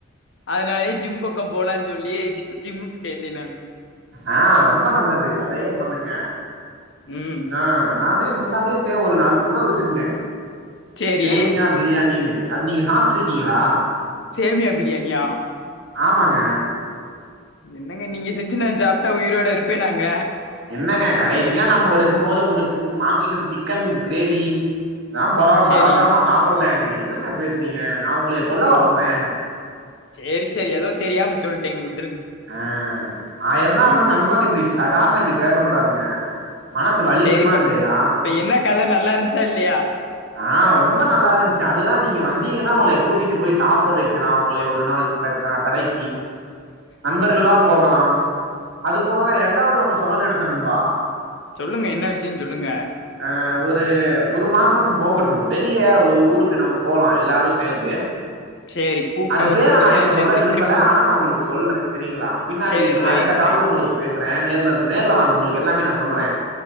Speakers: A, on the left; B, on the right.
A: அதனாலயே ஜிம் பக்கம் போலான் சொல்லி ஜி ஜிம்முக்கு சேந்தேன் நானு
B: ஆ ரொம்ப நல்லது அதையே பண்ணுங்க
A: ம்
B: நா நானு முந்தா நேத் தே ஒரு நாள் உணவு செஞ்ச
A: சேரி
B: சேம்மியா பிரியாணினு அது நீங்க சாப்புட்ருக்கீங்களா
A: சேமியா பிரியாணியா
B: ஆமாங்க
A: என்னங்க நீங்க செஞ்சு நாஞ் ஜாப்டா உயிரோட இருப்பேன்னாங்க
B: என்னங்க கடைசியா நம்ம ஒரு இருக்கும் போது உங்களுக்கு வந்து மாமிசம் சிக்கன் கிரேவி தாம் பரோ
A: சேரி
B: பரோட்டா எல்லா சாப்புடலலையாங்க ஏங் என்னங்க பேசுறீங்க நா உங்களய கொல்லவா
A: ம்
B: போறே
A: சேரி சேரி எதோ தெரியாம சொல்டேங்க விட்
B: அ ஆயிரந்தா இருந்தாலு
A: ம்
B: நண்பன இப்டிஸ் தடாத இப்டிப் பேச கூடாதுங்க மனசு வலிக்குமா
A: சேரிப்ப
B: இல்லையா
A: இப்ப இப்ப என்ன கத நல்லா இருந்துச்சா இல்லையா
B: ஆ ரொம்ப நல்லாருஞ்சு அத் அதுதா நீங்கள் வந்தீங்கன்னா உங்களைம கூட்டிட்டு போய் சாப்புட வெக்கலா உங்களைய ஒரு நாள் அந்த க கடைக்கி நண்பர்களா
A: ம்
B: போகலாம்
A: ம்
B: அது போக ரெண்டாவது ஒன்னுஸ் சொல்லனுன் நெனச்ச நண்பா
A: சொல்லுங்க என்ன விஷ்யன் சொல்லுங்க
B: அ ஒரு ஒரு மாசம் போகட்டு வெளிய ஒரு ஊருக்கு நம்ம போலா எல்லாரு சேந்து
A: சேரி கூட்டா
B: அது
A: ஒரு
B: பேர
A: நண்பர்களா
B: நா இப்ப
A: சேந்து
B: சொல்ல விரும்பல
A: ட்ரிப்பு
B: ஆனா நா உங்களுக்கு சொல்ற சேரிங்களா பின்னாடி
A: சேர் ரைட்
B: அடுத்த கால்ல
A: ரைட்
B: உங்களுக்கு பேஸ் ஸ்ர நேர்ல இருக்கு நேர்ல வாங்க உங்களுக்கு எல்லாமே நா சொல்ற